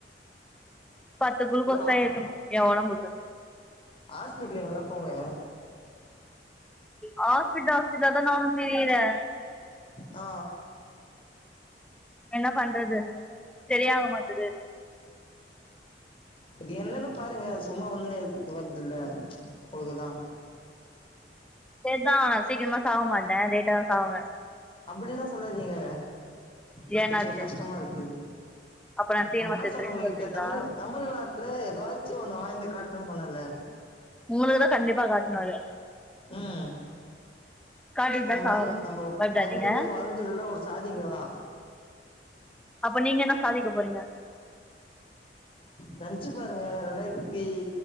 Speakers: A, in the centre; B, on the left (about 30°).
A: பத்து குளுகோஸ்
B: இல்ல ஹாஸ்பி
A: தா ஏத்துனு ஏ ஒடம்புக்கு
B: ஹாஸ்பிட்லு எங்னா போங்க
A: ஹாஸ்பிட்ட ஹாஸ்பிட்லா தா நானு திரியிறே
B: ஆ
A: என்ன பண்றது செரியாக மாட்டுது
B: இது என்னென்னு பாருங்க சும்மா வந்துனே இருக்கு த்து வருதுல்ல பொழுதெல்லா
A: சேர்தா நா சீக்ரமா சாப்ட மாட்டே லேட்டா தா சாப்டுவே
B: அப்டிலா சொல்லாதீங்க அச்சசோ
A: ஏன்னாச்சு
B: கஷ்ட்டமா இருக்கு
A: அப்ப நா சீக்கிரமா
B: நம்மனா
A: செத்துருவேன்னு
B: சொன்னோ ஒங்ககிட்ட
A: சொல்றீங்களா
B: தமிழ் தமிழ்நாட்டுல எதாச்சு ஒண்ணு வாய்ந்து காட்ணுன் சொன்னல
A: ஒங்களோட கண்டிப்பா காட்ணு அது
B: ம்
A: காட்டிட்டு
B: நம்ம
A: தா சாகணு
B: வந் நம்ம
A: பயப்படாதீங்க
B: பொறந்தது வளந்ததுலா ஒரு சாதிங்களா
A: அப்ப நீங்க என்ன சாதிக்க போறீங்க
B: நெனச்சு பாருங்க ரெண்டாயிர்த்தி